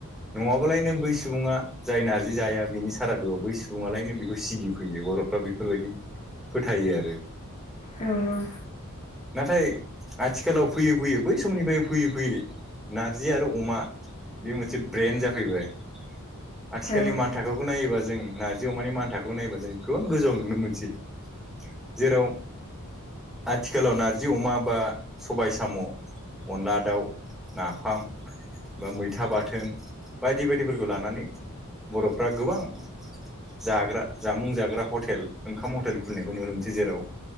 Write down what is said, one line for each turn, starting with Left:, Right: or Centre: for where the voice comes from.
Centre: नङाबालाय नों बै सुबुङा जाय नारजि जाया बिनि सारादुआव बै सुबुङालायनो बेखौ सिगिफैयो बर'फ्रा बेफोरबायदि फोथायो आरो
Left: औ नंगौ।
Centre: नाथाय आथिखालाव फैय फैय बै समनिफ्राय फैयै फैयै नारजि आरो अमा बे मोनसे ब्रेन्ड जाफैबाय आथिखालनि
Left: ओ
Centre: मान थाखाोखौ नायोबा जों नारजि अमानि मान थाखाोखौ नायोबा जों गोबां गोजौाव नुनो मोनसै। जेराव आथिखालाव नारजि अमा बा सबाय साम' अनला दाउ नाफाम बा मैथा बाथोन बायदि बायदिफोरखौ लानानै बर'फ्रा गोबां जाग्रा जामुं जाग्रा हटेल ओंखाम हटेल खुलिनायखौ नुनो मोनसै जेराव